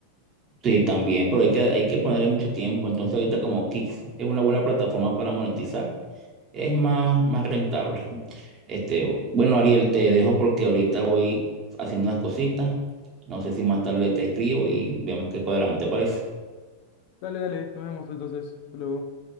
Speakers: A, on the right (about 30°); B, on the left (about 45°).
A: Sí, también, pero hay que, hay que ponerle mucho tiempo. Entonces ahorita como Kick es una buena plataforma para monetizar, es más, más rentable. Este, bueno, Ariel, te dejo porque ahorita voy haciendo unas cositas. No sé si más tarde te escribo y veamos qué cuadramos, ¿te parece?
B: Dale, dale, nos vemos entonces. Hasta luego.